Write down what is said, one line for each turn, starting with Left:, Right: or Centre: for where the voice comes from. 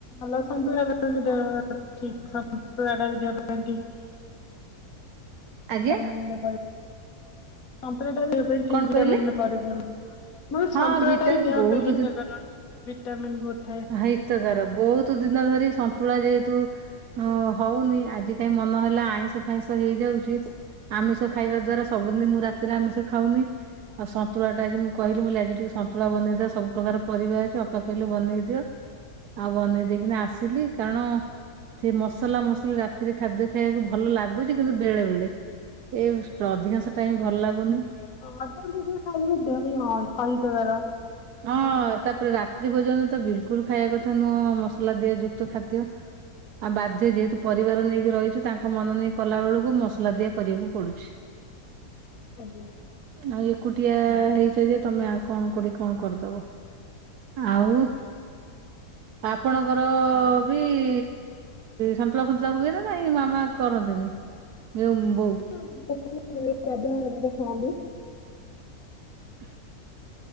Left: <unintelligible>
Right: ଆଜ୍ଞା
Left: ଜ ପପୂର୍ଣ୍ଣ କପଟା ବି <unintelligible> ଭିିବନ
Right: କଣ କହିଲେ?
Left: ମ
Right: ହଁ
Left: ସନ୍ତୁଳା
Right: ଭିଟାମିନ୍
Left: ଟା ବି ଦେହ
Right: ବହୁତ
Left: ପାଇଁ ହିତକର ଭିଟାମିନ ବହୁତ ଥାଏ ହଁ
Right: ହ ହିଁତକାର ବହୁତ ଦିନ ଧରି ସନ୍ତୁଳା ଯେହେତୁ ହଁ ହଉନି ଆଜି କାହିଁ ମନ ହେଲା ଆଇଁଷ ଫାଇଁଷ ହେଇଯାଉଛି ଆମିଷ ଖାଇବା ଦ୍ଵାରା ସବୁଦିନ ମୁଁ ରାତିରେ ଆମିଷ ଖାଉନି ଆଉ ସନ୍ତୁଳା ଟା ଆଜି ମୁଁ କହିଲି ମୁ ଆଜି ଟିକେ ସନ୍ତୁଳା ବନେଇଦଅ ସବୁ ପ୍ରକାର ପରିବା ଅଛି ଅପା କହିଲେ ବନେଇଦ ଦିଅ ଆଉ ବନେଇ ଦେଇକିନା ଆସିଲି କାରଣ ଥି ମସଲା ମସଲି ରାତିରେ ଖାଦ୍ୟ ଖାଇବାକୁ ଭଲ ଲାଗୁଛି କିନ୍ତୁ ବେଳେ ବେଳେ ଏଇ ଷ୍ଟ ଅଧିକାଂଶ ଟାଇମ ଭଲ ଲାଗୁନି
Left: ହଁ ଆ <unintelligible> ଦୁ ଖାଇଦ ବାର
Right: ହଁ ତାପରେ ରାତ୍ରି ଭୋଜନ ତ ବିଲକୁଲ ଖାଇବା କଥା ନୁହଁ ମସଲା ଦିୟଯୁକ୍ତ ଖାଦ୍ୟ ଆଉ ବାଧ୍ୟ ଯେହେତୁ ପରିବାର ନେଇକି ରହିଛୁ ତାଙ୍କ ମନ ନେଇ କଲା ବେଳକୁ ମସଲା ଦିଆ କରିବାକୁ ପଡୁଛି
Left: ଆଜ୍ଞା
Right: ଆଉ ଏକୁଟିଆ ହେଇଛ ଯେ ତମେଆଉ କଣ କୋଡି କଣ କରିଦବ ଆଉ ଆପଣଙ୍କ ର ବି ଇ ସନ୍ତୁଲା ଫୁନ୍ତୁଲା ହୁଏ ନା ନାଇଁ ମାମା କରନ୍ତିନି ମିୟୋ ବୋଉ
Left: ହ <unintelligible> ଖନ୍ତି
Right: <inaudible>